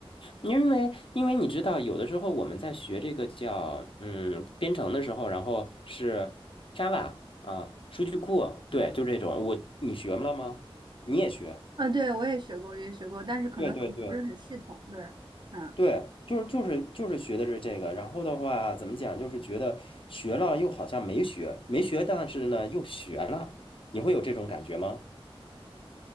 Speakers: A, on the left; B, on the right.
A: 因为因为你知道，有的时候我们在学这个叫嗯编程的时候，然后是 Java 啊，数据库，对，就这种。我你学了吗？你也学？
B: 啊，对，我也学过，我也学过，但是可能不是很系统。
A: 对对对
B: 对，嗯，
A: 对，就是就是就是学的是这个，然后的话怎么讲，就是觉得学了又好像没学，没学，但是呢又学了，你会有这种感觉吗？